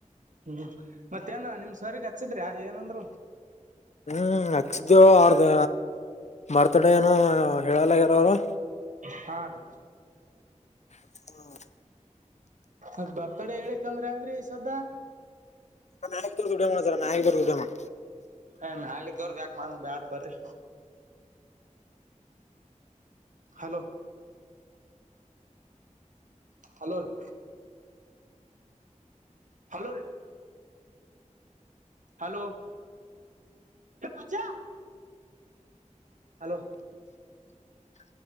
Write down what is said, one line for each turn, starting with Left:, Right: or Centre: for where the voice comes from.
Right: ಹ್ಮ್ ಮತ್ತೇನ ನಿಮ್ ಸರ್ ಗೆ ಹಚ್ಚಿ ದ್ರ ಏನಂದ್ರು.
Left: ಹ್ಮ್ ಹಚ್ಚಿದ್ದ ಅವ್ರ್ದ ಬರ್ತ್ ಡೇ ಏನ ಹೇಳಲಗರ ಅವರು.
Right: ಹಾ ರೀ.
Left: ಹ್ಮ.
Right: ಅದ್ ಬರ್ತಡೆ ಹೇಳಕ್ಂದ್ರಿ ಅಂಗ್ರಿ ಸದಾ.
Left: ನರು ಡ್ಡ ಮಾಡ ಸ ನಾಗರು ಡ್ಡೇ ಮಾಡ.
Right: ಏ ನಾಲಿದ್ದೋ್ರ ಯಾಕ ಮಾಡ ಬ್ಯಾಡ ಬರಿ. ಹಲೋ. ಹಲೋ ರೀ ಹಲೋ ರೀ. ಹಲೋ. ಎ ಮಚ್ಚಾ. ಹಲೋ.